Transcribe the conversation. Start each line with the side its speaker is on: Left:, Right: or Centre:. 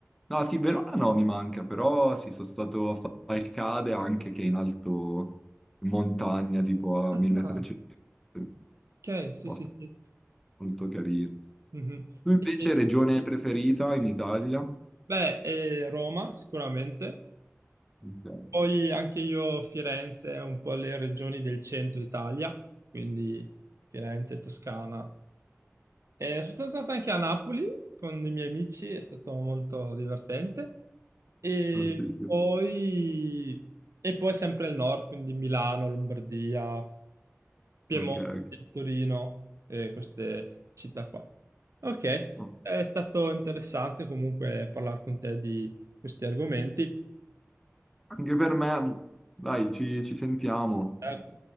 Centre: No, sì, Verona no, mi manca, però sì, sono stato a Falcade anche che è in alto in montagna, tipo
Right: Ah,
Centre: a 1300, un
Right: ok, sì,
Centre: posto
Right: sì, sì.
Centre: molto carino.
Right: Mhm.
Centre: Tu invece
Right: E- e-
Centre: regione preferita in Italia?
Right: beh, e Roma sicuramente.
Centre: Ok,
Right: Poi anche io Firenze, un po' le regioni del centro Italia, quindi Firenze, Toscana. E sono stato anche a Napoli con i miei amici, è stato molto divertente. E
Centre: ah, sì, sì,
Right: poi, e poi sempre il nord, quindi Milano, Lombardia, Piemonte,
Centre: ok.
Right: Torino e queste città qua. Ok,
Centre: ok.
Right: è stato interessante comunque parlare con te di questi argomenti.
Centre: Anche per me, dai, ci, ci sentiamo.
Right: Certo.